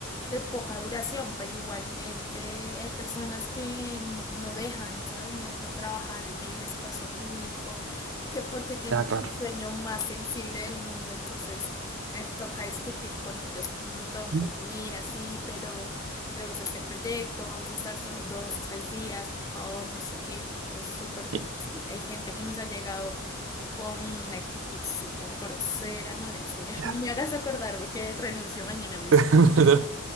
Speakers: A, on the left; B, on the right.
A: de poca duración, pero igualmente hay personas que no dejan, ¿sabes? No dejan trabajar en el espacio público, que porque tienen
B: ya claro.
A: el sueño más sensible del mundo, entonces eh, toca discutir con ellos un montón,
B: Ujú.
A: como, mira, sí, pero tenemos este proyecto, vamos a estar solo dos, tres días, por favor, no sé qué, es súper difícil.
B: Y-
A: Hay gente que nos ha llegado con una actitud súper grosera, no, Dios mío,
B: Ya.
A: <laughs> ni me hagas acordarme que renuncio mañana mismo.
B: <laughs>